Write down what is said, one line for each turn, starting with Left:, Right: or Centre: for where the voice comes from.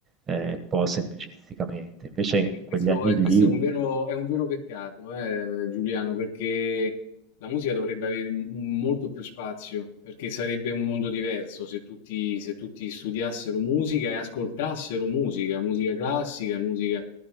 Right: eh, un po' semplicisticamente. Invece in
Left: E questo,
Right: quegli anni
Left: e
Right: lì
Left: questo è un vero, è un vero peccato, eh, Giuliano, perché la musica dovrebbe avere m- molto più spazio, perché sarebbe un mondo diverso se tutti, se tutti studiassero musica e ascoltassero musica, musica classica, musica...